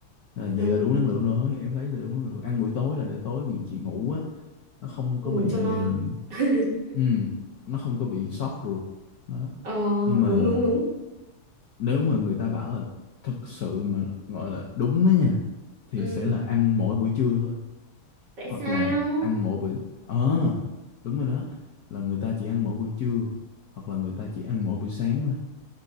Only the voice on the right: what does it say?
ừ
ngủ
cho ngon
<laughs>
ờ
đúng đúng đúng
ừ
tại
sao